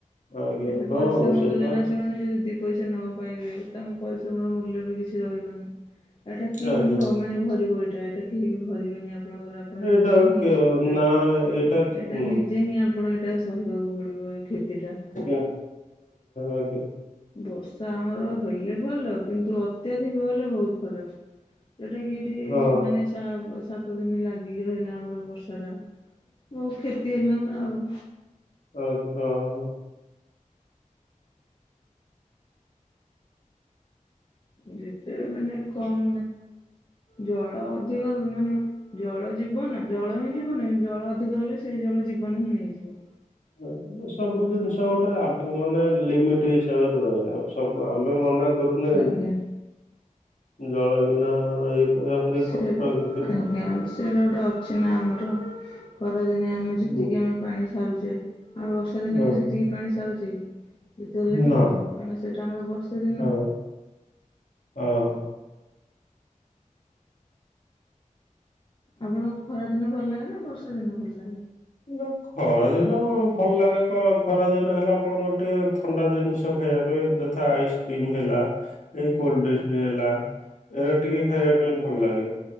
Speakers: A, on the left; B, on the left.
A: ଆଜ୍ଞା
B: ଏତେ ପରିଶ୍ରମ
A: ହଁ ସେଇବା
B: କଲେ ନା ସେମାନେ ଯଦି ଦି ପଇସା ନ ପାଇବେ ତାଙ୍କ ପରିଶ୍ରମର ମୂଲ୍ୟ ବି କିଛି ରହିବନି। ଏଇଟା କିଏ
A: ଆଜ୍ଞା
B: ବି ମାନେ ଭରିବ ଏଇଟା ଏଇଟା କେହି ବି ଭରିବେନି ଆପଣଙ୍କର ଆପଣ
A: ଏଇଟା
B: ନିଜେ ହିଁ ଏଇଟା
A: ନା
B: ଏଇଟା
A: ହୁଁ
B: ନିଜେ ହିଁ ଆପଣ ଏଇଟା ସହିବାକୁ ପଡ଼ିବ ଏ କ୍ଷତିଟା।
A: ଆଜ୍ଞା ଆଜ୍ଞା।
B: ବର୍ଷା ଆମର ହେଲେ ଭଲ କିନ୍ତୁ ଅତ୍ୟଧିକ ହେଲେ ବହୁତ ଖରାପ। ଯୋଉଟା କି ଏଇଠି
A: ହଁ
B: ମାନେ ସାତ ଦିନ ଲାଗିକି ରହିଲା ଆମର ବର୍ଷା ଟା ବହୁତ କ୍ଷତି ହେଲା ନା ଆଉ
A: ଆଁ ହଁ <inaudible>
B: ଯେତେ ମାନେ କମ୍ ଜଳ ଅଧିକ <unintelligible> ମାନେ ଜଳ ଜୀବନ ଜଳ ହିଁ ଜୀବନ ଜଳ ଅଧିକ ହେଲେ ସେଇ ଜଳ ଜୀବନ ହିଁ ନେଇଯିବ।
A: ହ ସବୁ ଜିନିଷ ଗୋଟେ ଆବ ମାନେ ଲିମିଟ୍ <unintelligible> ସବୁ ଆମେ ମନା କରୁନେ
B: ଆଜ୍ଞା
A: ଜଳ ବିନା ଇଏ କରିବା ଭାରି
B: ସେଟା
A: କଷ୍ଟ କିନ୍ତୁ
B: ଆଜ୍ଞା ସେଟା ଗୋଟେ ଅଛି ନା ଆମର। ଖରାଦିନେ ଆମେ ଯେତିକି
A: ହୁଁ,
B: ଆମେ ପାଣି ସାରୁଛେ ଆଉ ବର୍ଷା ଦିନେ
A: ହୁଁ,
B: କଣ ସେତିକି ପାଣି ସାରୁଛେ କି ଯେତେ ହେଲେବି
A: ନା
B: କମ୍ କାରଣ ସେଇଟା ଆମର ବର୍ଷେ ଦିନ
A: ହଁ ହଁ।
B: ଆପଣଙ୍କୁ ଖରା ଦିନ ଭଲ ଲାଗେନା ବର୍ଷା ଦିନ ଭଲ ଲାଗେ?
A: ହାଲେ ଖରା ଦିନ ଭଲ ଲାଗେ କଣ ଖରା ଦିନ ହେଲେ ଆପଣଙ୍କର ଟିକେ ଥଣ୍ଡା ଜିନିଷ ଖାଇବା ପାଇଁ ଯଥା ଆଇସ୍ ଆଇସିକ୍ରିମି ହେଲା ଏଇ କୋଲଡ୍ରିଙ୍କସି ହେଲା ଏରା ଟିକେ ଖାଇବା ପାଇଁ ଭଲ ଲାଗେ,